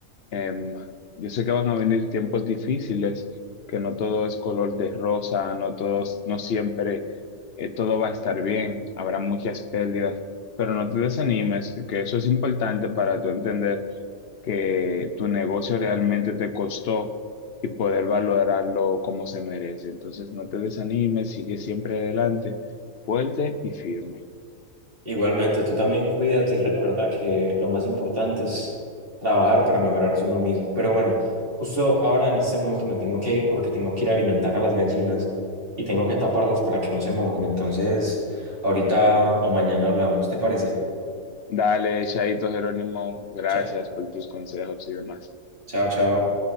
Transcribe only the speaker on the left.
Em, yo sé que van a venir tiempos difíciles, que no todo es color de rosa, no todos, no siempre eh, todo va a estar bien, habrá muchas pérdidas, pero no te desanimes, que eso es importante para tú entender que tu negocio realmente te costó y poder valorarlo como se merece. Entonces, no te desanimes, sigue siempre adelante, fuerte y firme.
Dale, Chaito Jerónimo, gracias
por tus consejos y demás.